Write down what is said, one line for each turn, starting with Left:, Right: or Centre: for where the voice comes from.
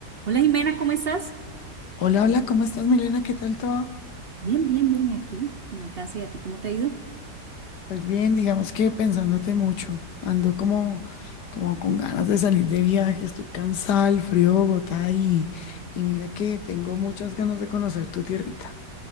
Right: Hola Jimena, ¿cómo estás?
Left: Hola, hola, ¿cómo estás, Milena? ¿Qué tal todo?
Right: Bien, bien, bien, aquí en la casa y a ti, ¿cómo te ha ido?
Left: Pues bien, digamos que pensándote mucho. Ando como, como con ganas de salir de viaje, estoy cansada, el frío de Bogotá y, y mira que tengo muchas ganas de conocer tu tierrita.